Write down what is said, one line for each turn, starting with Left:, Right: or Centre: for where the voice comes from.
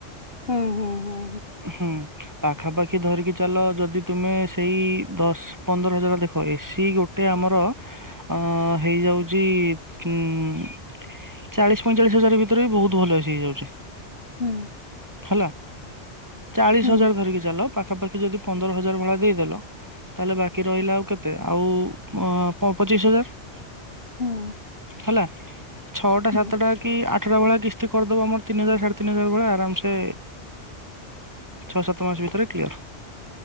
Left: ହୁଁ ହୁଁ ହୁଁ
Right: ହୁଁ। ପାଖାପାଖି ଧରିକି ଚାଲ। ଯଦି ତୁମେ ସେଇ ଦଶପନ୍ଦର ହଜାର ଯଦି ଦେଖ ଏସିି ଗୋଟେ ଆମର ହଁ। ହେଇ ଯାଉଛି ଉଁ ଚାଳିଶ ପଇଁଚାଳିଶ ହଜାର ଭିତରେ ବି ବୋହୁତ୍ ଭଲ ଏସି ହେଇ ଯାଉଛି।
Left: ହୁଁ।
Right: ହେଲା? ଚାଳିଶ
Left: ହୁଁ
Right: ହଜାର ଧରିକି ଚାଲ ପାଖାପାଖି ଯଦି ପନ୍ଦର ହଜାର ଭଳିଆ ଦେଇ ଦେଲ ତାହେଲେ ବାକି ରହିଲା ଆଉ କେତେ? ଆଉ ପ ପଚିଶ ହଜାର।
Left: ହୁଁ
Right: ହେଲା? ଛଅଟା
Left: ହୁଁ
Right: ସାତଟା କି ଆଠ ଟା ଭଳିଆ କିସ୍ତି କରିଦବ। ଆମର ତିନି ହଜାର ସାଢ଼େ ତିନି ହଜାର ଭଳିଆ। ଆରାମ୍ ସେ ଛଅ ସାତ ମାସ ଭିତରେ କ୍ଲିୟର୍।